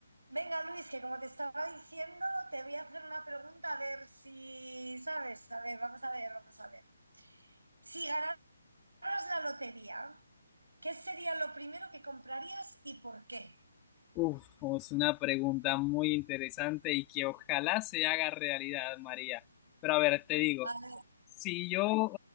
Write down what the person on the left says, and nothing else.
Uf, es una pregunta muy interesante y que ojalá se haga realidad, María. Pero a ver, te digo,
si yo,